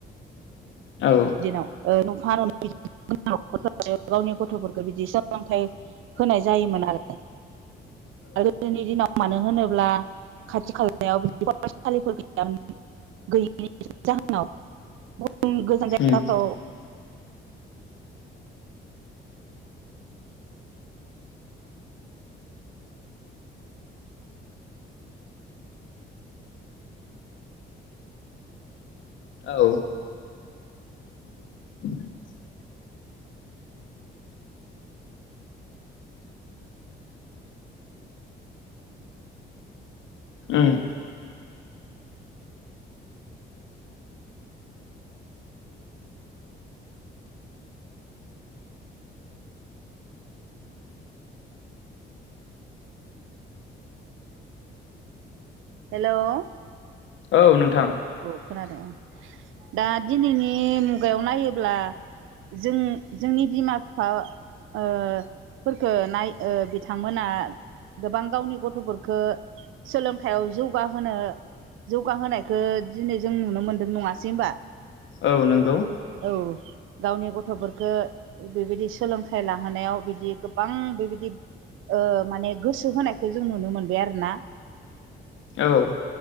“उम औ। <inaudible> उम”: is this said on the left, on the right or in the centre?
Left